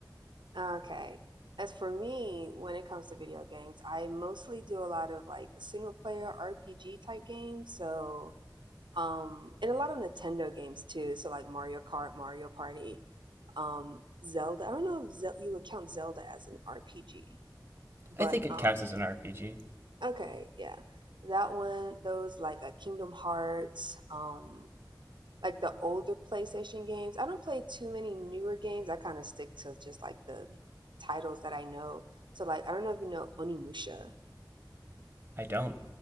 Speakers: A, on the right (about 75°); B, on the right (about 25°).
A: Okay. As for me, when it comes to video games, I mostly do a lot of like single player RPG type games. So, um, and a lot of Nintendo games too. So like Mario Kart, Mario Party, um, Zelda. I don't know if Zel you would count Zelda as an RPG, but
B: I think it
A: um,
B: counts as an RPG.
A: okay, yeah, that one. Those like a Kingdom Hearts, um. like the older PlayStation games. I don't play too many newer games. I kind of stick to just like the titles that I know. So like I don't know if you know Onimusha.
B: I don't.